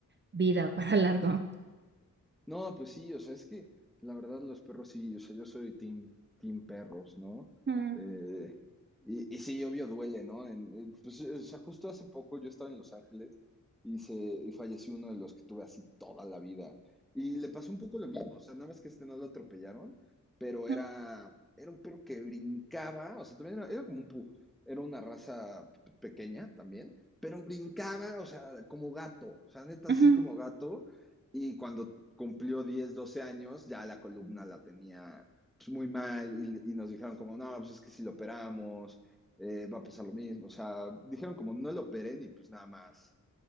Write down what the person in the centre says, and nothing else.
No, pues sí, o sea, es que la verdad los perros sí, o sea, yo soy team, team perros, ¿no?
Eh, y, y sí, obvio duele, ¿no? En- eh, pues, o sea, justo hace poco yo estaba en Los Ángeles y, se, y falleció uno de los que tuve así toda la vida. Y le pasó un poco lo mismo, o sea, nada más que este no lo atropellaron, pero era,
era un perro que brincaba, o sea, también era, era como un pug, era una raza pe- pequeña también, pero brincaba, o sea, como gato, o sea, neta
así como gato. Y cuando cumplió 10 12 años, ya la columna la tenía pues, muy mal y, y nos dijeron como, no, pues es que si lo operamos, eh, va a pasar lo mismo. O sea, dijeron como, no lo operen y pues nada más,